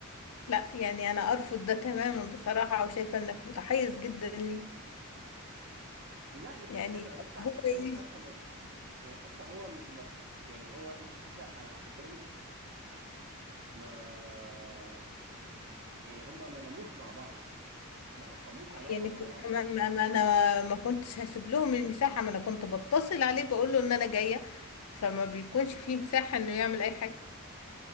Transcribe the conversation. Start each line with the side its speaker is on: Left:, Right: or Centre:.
Left: لا يعني انا ارفض ده تماما بصراحة وشايفة انك متحيز جدا ليه
Right: لا مش
Left: يعني
Right: متحيز انا بس ع-
Left: هو ايه؟
Right: عايز افهم يعني يعني حتى هو ما يعني هو انت حتى على حسب كلامك ما يعني هما ما ناموش مع بعض ما اقاموش علاقه
Left: يعني
Right: مع
Left: ك-
Right: بعض
Left: كمان ما ما انا ما كنتش هسيب لهم المساحة ما انا كنت بتصل عليه بقول له ان انا جاية فما بيكونش فيه مساحة انه يعمل اي حاجة